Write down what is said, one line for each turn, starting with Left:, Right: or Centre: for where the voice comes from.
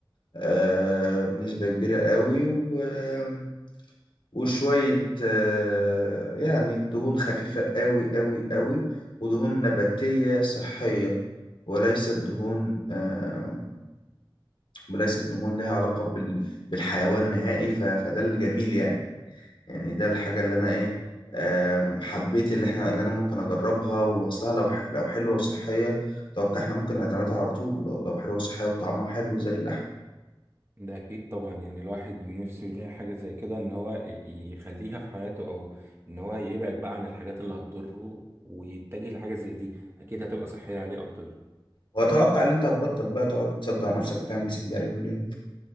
Left: آه، بنسبة كبيرة قوي و... آه، وشوية آه، يعني دهون خفيفة قوي قوي قوي ودهون نباتية صحية وليست دهون آه، وليست دهون لها علاقة بال... بالحيوان نهائي ف... فده الجميل يعني يعني ده الحاجة اللي أنا إيه آم، حبيت اللي احنا اللي انا ممكن اجربها واصلها لو ح- لو حلوه وصحيه اتوقع احنا ممكن نعتمدها على طول ولو لو حلوه وصحيه وطعمها حلو زي اللحم
Right: ده اكيد طبعا يعني الواحد نفسه يلاقي حاجه زي كده ان هو ي- يخليها في حياته او ان هو يبعد بقى عن الحاجات اللي هتضره ويتجه لحاجه زي دي اكيد هتبقى صحيه عليه اكتر
Left: واتوقع ان انت هتبطل بقى تقعد تصدع نفسك وتعمل سنجاري كل يوم